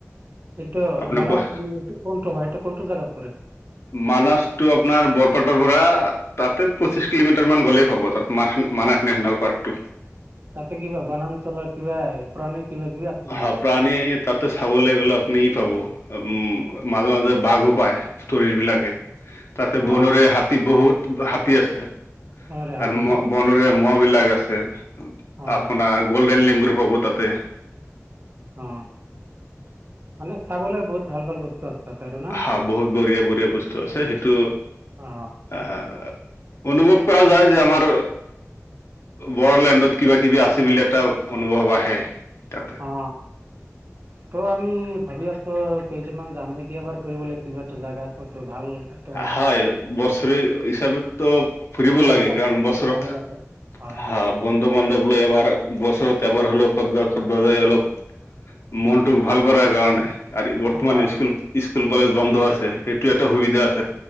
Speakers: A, on the right; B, on the left.
A: এইটো
B: আপোনাৰ
A: মানচটো
B: ব
A: কোনটো হয়? এটো কোনটো জাগাত
B: মানছটো আপোনাৰ বৰপেটাৰ পৰা তাতে পঁচিছ কিলোমিটাৰ মান গ'লেই পাব। তাত ম মানচ নেশ্যনেল পাৰ্কটো।
A: তাতে কিবা বনাঞ্চলৰ কিবা প্ৰাণী কিবা কিবি আছে নেকি
B: হ
A: তাত
B: প্ৰাণী তাতে চাবলৈ গ'লে আপুনি ই পাব উম, মাজে-মাজে বাঘো পায়, ষ্টৰী বিলাকে। তাতে
A: অ
B: বনৰীয়া হাতী বহুত হাতী আছে
A: অ ৰেহাতি
B: আৰু ম
A: ন
B: বনৰীয়া মহ বিলাক আছে।
A: অ
B: আপোনাৰ গ'ল্ডেন লেংগুৰো পাব তাতে।
A: অ, মানে চাবলৈ বহুত ভাল ভাল বস্তু আছে। তাতে আৰু না
B: হা বহুত বঢ়িয়া বঢ়িয়া বস্তু আছে সেইটো
A: অ
B: আহ। অনুভৱ কৰা যায় যে আমাৰ বড়োলেণ্ডত কিবা-কিবি আছে বুলি এটা অনুভৱ আহে। তাতে।
A: অ, ত' আমি ভাবি আছো কেইজনমান যাম নেক কেতিয়াবা ফুৰিবলে কিবা এটা জাগাত ভাল এটা
B: হয়, বছৰে হিচাপেতো ফুৰিব
A: যাব
B: লাগে। কাৰণ বছৰত
A: যাব লাগে হয়
B: হা,
A: হয়
B: বন্ধু বান্ধৱ লৈ এবাৰ বছৰত এবাৰ হলেও ক'ত য কত ব যাই অলপ মনটো ভাল কৰাৰ কাৰণে। আৰু বৰ্তমান
A: হয়
B: স্কুল-স্কুল, কলেজ বন্ধ আছে সেইটো এটা সুবিধা আছে।